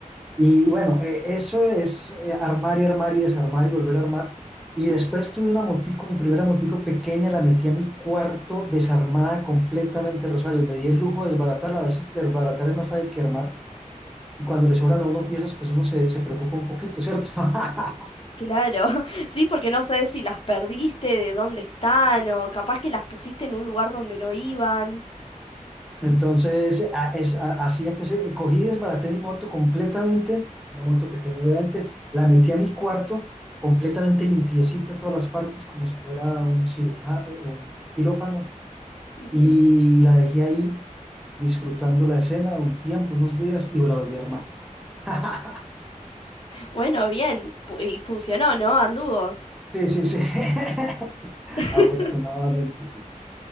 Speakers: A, in the centre; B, on the left.
A: Y bueno, eh, eso es eh, armar y armar y desarmar y volver a armar. Y después tuve una motico, mi primera motico pequeña, la metí a mi cuarto desarmada completamente, Rosario. Me di el lujo de desbaratarla. A veces desbaratar es más fácil que armar. Y cuando le sobran a uno piezas, pues uno se, se preocupa un poquito, ¿cierto? <laughs>
B: Claro, <laughs> sí, porque no sabes si las perdiste, de dónde están, o capaz que las pusiste en un lugar donde no iban.
A: Entonces, a- es, a- así empecé. Cogí y desbaraté mi moto completamente, una moto pequeña, obviamente. La metí a mi cuarto, completamente limpiecita todas las partes, como si fuera un cirujano, un quirófano.
B: Ujú.
A: Y la dejé ahí, disfrutando la escena un tiempo, unos días, y la volví a armar. <laughs>
B: Bueno, bien, pu- y funcionó, ¿no? Anduvo.
A: Sí, sí, sí. <laughs>
B: <laughs>
A: Afortunadamente, sí.